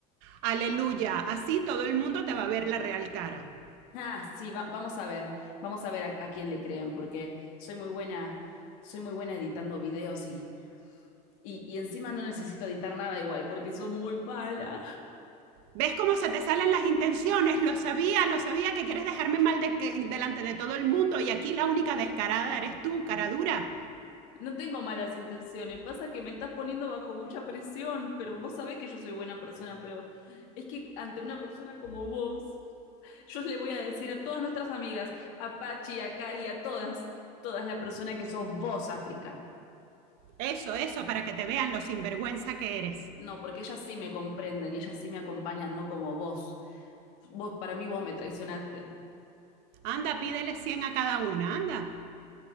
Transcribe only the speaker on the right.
Aleluya, así todo el mundo te va a ver la real cara.
¿Ves cómo se te salen las intenciones? Lo sabía, lo sabía que quieres dejarme mal de que- delante de todo el mundo y aquí la única descarada eres tú, cara dura.
Eso, eso, para que te vean lo sinvergüenza que eres.
Anda, pídele 100 a cada una, anda.